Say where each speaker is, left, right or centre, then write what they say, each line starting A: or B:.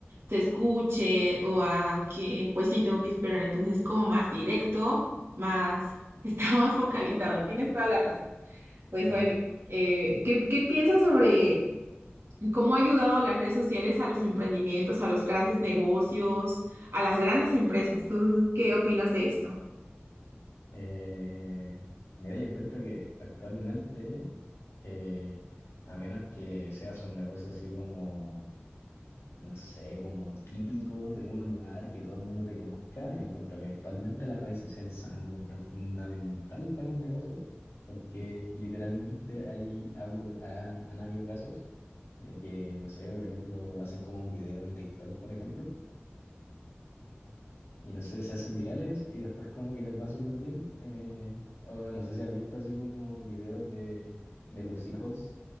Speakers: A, on the right; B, on the left.
A: se escuche o a que, pues sí, tengo que esperar. Entonces, como más directo, más, <laughs> está más focalizado. Tienes toda la razón. Pues
B: Claro.
A: bueno, eh, ¿qué, qué piensas sobre cómo ha ayudado las redes sociales a los emprendimientos, a los grandes negocios, a las grandes empresas? ¿Tú qué opinas de esto?
B: Eh, mira, yo encuentro que actualmente, eh, a menos que seas un negocio así como, no sé, como típico de un lugar que todo el mundo te conozca, yo encuentro que actualmente las redes sociales son algo pero fundamental para un negocio, porque literalmente hay, ha ocurri- han, han habido casos de que, no sé, por ejemplo, hacen como un video en TikTok, por ejemplo y no sé, se hacen virales y después como que les va súper bien. eh, o no sé si has visto así como videos de, de los hijos